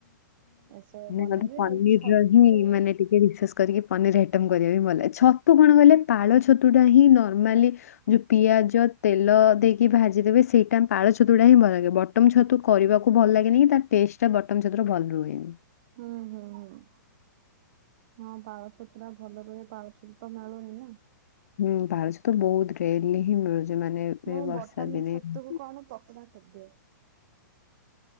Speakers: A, on the right; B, on the left.
A: ଏସବୁ
B: ନାଁଇଁ
A: ବନେଇବି
B: ମାନେ ପନିର୍
A: ଆଉ ଛତୁ
B: ର ହିଁ ମାନେ ଟି ଏ ରିସସ୍ କରିକି ପନିର୍ ଆଇଟମ୍ କରିବା ବି ଭଲାଗେ ଛତୁ କଣ କଈଲେ ପାଳ ଛତୁ ଟା ହିଁ ନର୍ମାଲି ଯୂ ପିଆଜ ତେଲ ଦେଇ କି ଭାଜି ଦେବେ ସେଇଟା ପାଳ ଛୁତୁଡା ହିଁ ଭଲାଗେ ବଟମ୍ ଛତୁ କରିବାକୁ ଭଲ୍ ଲାଗେନି କି ତା ଟେଷ୍ଟ ଟା ବଟମ୍ ସେତୁ ର ଭଲ୍ ରୁହେନି।
A: ହୁଁ ହୁଁ। ହଁ ପାଳ ଛତୁରା ଭଲ ରୁହେ ପାଳ ଛତୁ ତ ମାଳୁନି ନାଁ
B: ହୁଁ ଭାଜ ତ ବହୁତ ଡେରି ହିଁ ମିଳୁଛି। ମାନେ
A: ମୁଁ
B: ଏ ବର୍ଷା
A: ବଟନ
B: ଦିନେ
A: ଛତୁକୁ
B: ହୁଁ
A: କଣ ପକୋଡା କରିଦିଏ।